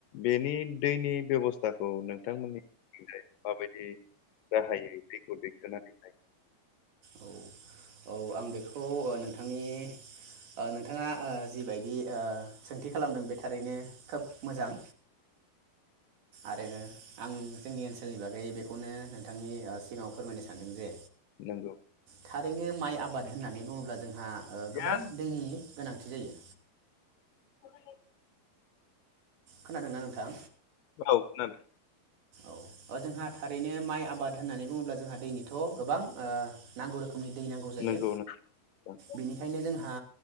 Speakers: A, on the left; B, on the right.
A: बेनि दैनि बेब'स थाखौ नोंथांमोननिथिंजाय माबायदि -- बे गाहायै दैखौ दैखोनो दोननाय
B: औ औ आं बेखौ नोंथांनि ओ नोंथाङा ओ जिबायदि ओ सोंथि खालामदों बे थारैनो खोब मोजां। आरो आं जोंनि ओनसोलनि बागै बेखौनो नोंथांनि ओ सिगाङाव फोरमायनो सानदों जे
A: नंगौ
B: थारैनो माइ आबाद होननानै बुङोब्ला जोंहा ओ गोबां
A: यस
B: दैनि गोनांथि जायो।
A: <inaudible>
B: खोनादोंना नोंथां
A: औ खोनादों
B: औ जोंहा थारैनो माइ आबाद होननानै बुङोब्ला जोंहा दैनिथ ओ गोबां नांगौ। रोखोमनि दै नांगौ जायो
A: नंगौ नोंथां
B: बेनिखायनो जोंहा